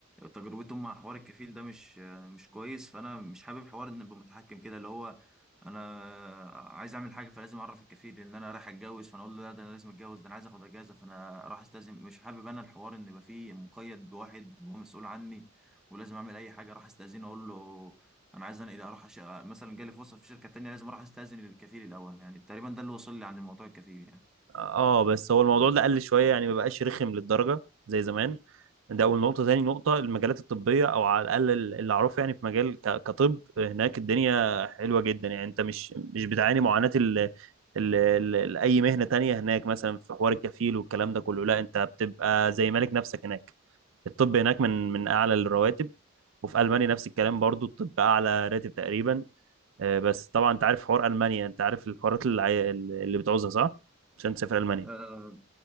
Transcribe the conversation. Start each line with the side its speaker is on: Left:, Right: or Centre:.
Centre: تجربتهم مع حوار الكفيل ده مش آه، مش كويس فانا مش حابب حوار ان ابقى متحكم كده اللي هو انا عايز اعمل حاجه فلازم اعرف الكفيل ان انا رايح اتجوز فانا اقول له لا ده انا لازم اتجوز ده انا عايز اخد اجازه فانا راح استاذن مش حابب انا الحوار ان يبقى فيه مقيد بواحد هو مسؤول عني ولازم اعمل اي حاجه راح استاذنه اقول له انا عايز انا اذا اروح أش... مثلا جالي فرصه في شركه تانية لازم اروح استاذن للكفيل الاول يعني تقريبا ده اللي وصل لي عن موضوع الكفيل يعني
Right: اه بس هو الموضوع ده قل شويه يعني ما بقاش رخم للدرجه زي زمان ده اول نقطه تاني نقطه المجالات الطبيه او على الاقل اللي اعرفه يعني في مجال ك- كطب هناك الدنيا حلوه جدا يعني انت مش مش بتعاني معاناه ال ال ال ال- اي مهنه تانية هناك مثلا في حوار الكفيل والكلام ده كله لا انت بتبقى زي مالك نفسك هناك الطب هناك من من اعلى الرواتب وفي المانيا نفس الكلام برضو الطب اعلى راتب تقريبا آه، بس طبعا انت عارف حوار المانيا انت عارف الحوارات اللي عاي- اللي بتعوزها صح عشان تسافر المانيا
Centre: أه